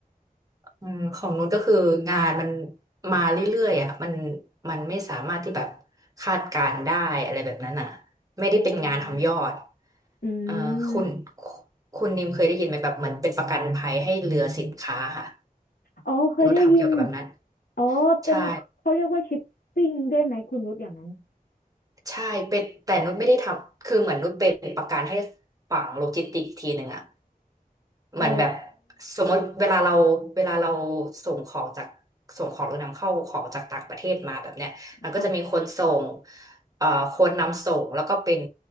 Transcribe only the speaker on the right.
อืมของนุชก็คืองานมันมาเรื่อยๆอ่ะมันมันไม่สามารถที่แบบคาดการณ์ได้อะไรแบบนั้นอ่ะไม่ได้เป็นงานทำยอด
เอ่อคุณ
คุณนิมเคยได้ยินไหมแบบเหมือนเป็นประกันภัยให้เรือสินค้าค่ะ
นุชทำเกี่ยวกับแบบนั้น
ใช่ใช่เป็นแต่นุชไม่ได้ทำคือเหมือนนุชเป็นประกันให้ฝั่งโลจิสติกส์ทีหนึ่งอ่ะ เหมือนแบบ
สมมติเวลาเราเวลาเราส่งของจากส่งของหรือนำเข้าของจากต่างประเทศมาแบบเนี้ยมันก็จะมีคนส่ง
เอ่อคนนำส่งแล้วก็เป็น